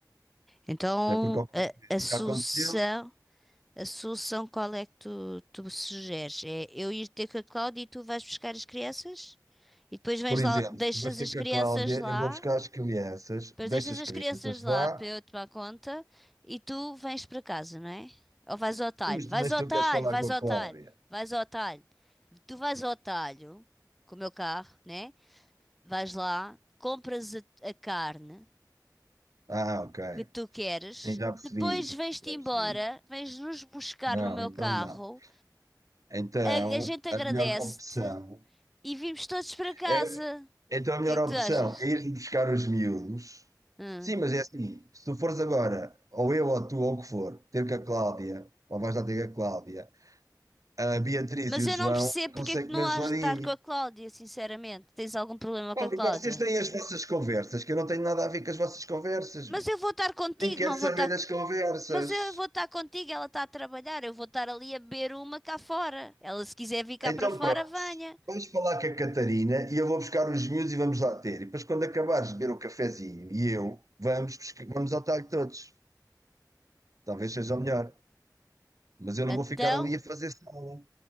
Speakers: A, in the centre; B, on the right.
A: Então,
B: Até porque ao contrário
A: a, a
B: do
A: solução.
B: que aconteceu,
A: A solução qual é que tu, tu sugeres? É eu ir ter com a Cláudia e tu vais buscar as crianças? E depois vens
B: por
A: lá,
B: exemplo,
A: deixas
B: tu vais ter
A: as
B: com
A: crianças
B: a Cláudia,
A: lá,
B: eu vou buscar as crianças,
A: depois deixas
B: deixo as
A: as
B: crianças
A: crianças lá
B: lá,
A: para eu tomar conta e tu vens para casa, não é? Ou vais ao talho?
B: mas
A: Vais
B: tu, mas
A: ao
B: tu
A: talho,
B: queres falar
A: vais
B: com a
A: ao
B: Cláudia.
A: talho, vais ao talho. Tu vais ao talho com o meu carro, né? Vais lá, compras a, a carne
B: Ah, ok.
A: que tu queres,
B: Sim, já percebi,
A: depois vens-te
B: já
A: embora,
B: percebi.
A: vens nos buscar
B: Não,
A: no meu
B: então
A: carro
B: não. Então,
A: a, a gente agradece-te
B: a melhor opção
A: e vimos todos para casa.
B: é, então a
A: O
B: melhor
A: que é que
B: opção
A: tu achas?
B: é ir buscar os miúdos.
A: Hum.
B: Sim, mas é assim, se tu fores agora, ou eu, ou tu, ou o que for, ter com a Cláudia, ou vais lá ter com a Cláudia, a Beatriz
A: Mas
B: e o
A: eu
B: João,
A: não percebo porque
B: consegue
A: é que
B: comer
A: não has
B: geladinho.
A: de estar com a Cláudia, sinceramente. Tens algum problema
B: Pá,
A: com a
B: porque
A: Cláudia?
B: vocês têm as vossas conversas, que eu não tenho nada a ver com as vossas conversas,
A: Mas
B: meu.
A: eu vou estar contigo,
B: Nem quero
A: não
B: saber
A: vou estar.
B: das conversas.
A: Mas eu vou estar contigo, ela está a trabalhar, eu vou estar ali a beber uma cá fora. Ela, se quiser vir cá
B: Então
A: para fora,
B: pronto,
A: venha.
B: vais falar com a Catarina e eu vou buscar os miúdos e vamos lá ter. E depois, quando acabares de beber o cafezinho e eu, vamos, buscar- vamos ao talho todos. Talvez seja o melhor. Mas eu não
A: Então,
B: vou ficar ali a fazer sala.